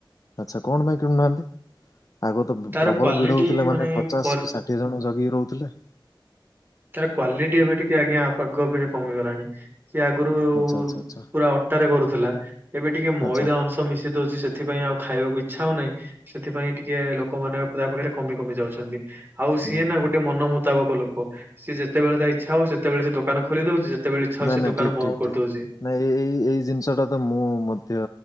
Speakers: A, on the left; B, on the right.
A: ଆଚ୍ଛା କଣ ପାଇଁ କିଣୁନାହାନ୍ତି? ଆଗ ତ
B: ତାର
A: ପ୍ରବଳ
B: କ୍ଵାଲିଟି
A: ଭିଡ ହଉଥିଲା ମାନେ ପଚାଶ
B: ପର
A: ଷାଠିଏ ଜଣ ଜଗିକି ରହୁଥିଲେ।
B: ତାର କ୍ୱାଲିଟି ଏବେ ଟିକେ ଆଜ୍ଞା ଆପଗ ପେଖ୍ୟା କମିଗଲାଣି। ସିଏ ଆଗରୁ
A: ଆଚ୍ଛା ଆଚ୍ଛା ଆଚ୍ଛା
B: ପୁରା ଅଟାରେ କରୁଥିଲା ଏବେ ଟିକେ ମଇଦା
A: ଆଚ୍ଛା
B: ଅଂ। ଶ ମିଶେଇ ଦଉଛି ସେଥିପାଇଁ ଆଉ ଖାଇବାକୁ ଇଛା ହଉ ନାହିଁ ସେଥିପାଇଁ ଟିକେ ଲୋ ଲୋକମାନେ ତା ପାଖରେ କମି କମି ଯାଉଛନ୍ତି ଆଉ ସିଏ
A: ହୁଁ ହୁଁ।
B: ନା ଗୋଟେ ଗେ ମନ ମୁତାବକ ଲୋକ ସିଏ ଯେତେବେଳେ ତା ଇଚ୍ଛା ହବ ସେତେବେଳେ ସେ ଦୋକାନ ଖୋଲିଦେଉଚି। ଯେତେବେଳେ ଇଚ୍ଛା ହଉଛି
A: ନାଇଁ ନାଇଁ
B: ଦୋକାନ
A: ଠିକ
B: ବନ୍ଦ
A: ଠିକ
B: କରିଦଉଛି।
A: ଠିକ ନାଇଁ ଏ ଏଇ ଏଇ ଜିନିଷଟା ତ ମୁଁ ମଧ୍ୟ